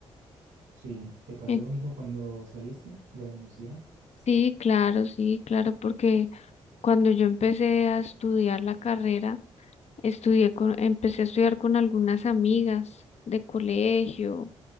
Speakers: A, on the right; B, on the left.
A: Sí, ¿te pasó
B: Eh,
A: lo mismo cuando saliste de la universidad?
B: Sí, claro, sí, claro, porque cuando yo empecé a estudiar la carrera, estudié con, empecé a estudiar con algunas amigas de colegio,